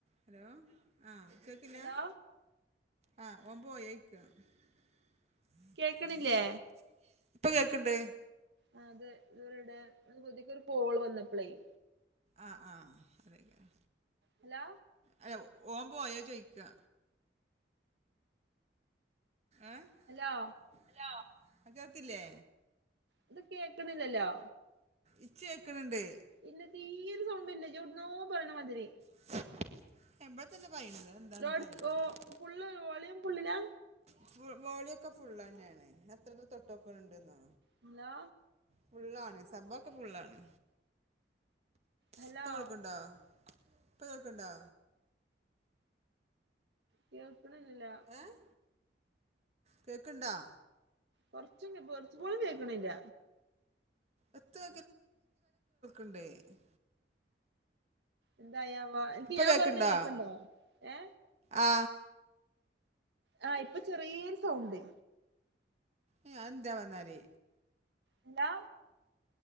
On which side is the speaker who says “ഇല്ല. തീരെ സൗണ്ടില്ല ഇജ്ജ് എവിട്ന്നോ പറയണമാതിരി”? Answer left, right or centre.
Right